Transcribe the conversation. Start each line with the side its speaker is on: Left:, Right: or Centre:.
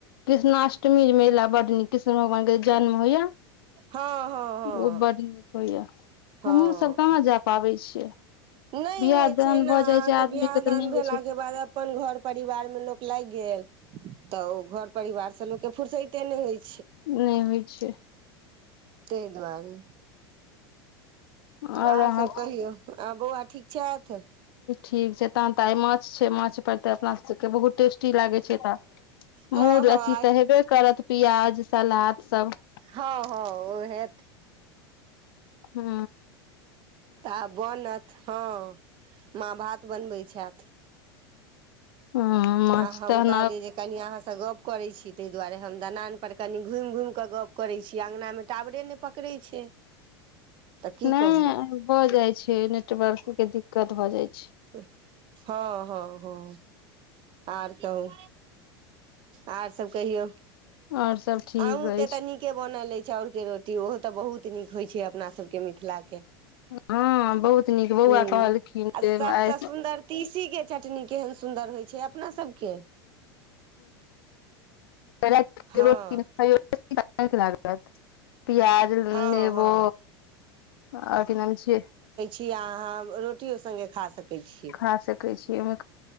Left: कृष्णाष्टमी मेला बड नीक कृष्ण भगवान के जन्म होइया
Right: हँ हँ हँ
Left: ओ बड नीक होइय
Right: हँ
Left: हमहुं सब कहाँ जाय पाबै छियै
Right: नहि
Left: बियाह
Right: होय
Left: दान
Right: छै ने
Left: भऽ
Right: अहाँ
Left: जाइ छै
Right: के
Left: आदमीके
Right: बियाह
Left: तऽ
Right: दान
Left: नहि
Right: भेला
Left: होइ छै
Right: के बाद अपन घर परिवार में लोक लागि गेल तऽ ओ घर परिवार से लोक के फुुरसते नहि होय छै
Left: नहि होय छै
Right: तहि दुआरे
Left: आओर
Right: आर
Left: अहाँके
Right: सब कहियौ आ बौआ ठीक छथि
Left: ठीक छै तहन तऽ आइ माछ छै माछ पर तऽ अपना सबके बहुत टेस्टी लागे छै तऽ
Right: हँ
Left: मूर
Right: हँ
Left: अथी
Right: आइ
Left: तऽ हेबे करत प्याज सलाद सब
Right: हँ हँ ओ हेत
Left: हू
Right: तऽ बनत हँ माँ भात बनबैत छथि
Left: हँ माछ
Right: आ हम
Left: तहन
Right: कहलियै जे कनि अहाँसँ गप करै छी ताहि दुआरे हम दनान पर कनि घुमि घुमि कऽ गप करै छी अङंगना मे टावरे न पकड़ै छै तऽ की
Left: नहि
Right: कहू
Left: भ जाय छै नेटवर्क के दिक्कत भ जाइ छै
Right: हँ हँ हँ आर कहू आर सब कहियौ
Left: आओर सब ठीक
Right: अहुंके
Left: अछि
Right: तऽ नीके बनल अछि चाउर के रोटी ओहो तऽ बहुत नीक होय छै अपना सब के मिथिला के
Left: हँ बहुत नीक बौआ
Right: ह
Left: कहलखिन
Right: आ
Left: जे
Right: सबस
Left: आइ
Right: सुन्दर तीसी के चटनी केहन सुन्दर होइ छै अपना सबके
Left: र <unintelligible>
Right: हँ
Left: पिआज
Right: हँ
Left: नेबो
Right: हँ
Left: आओर की नाम छिय
Right: किए अहाँ रोटियओ सङ्गे खा सकैत छी
Left: खा सकै छिय ओमे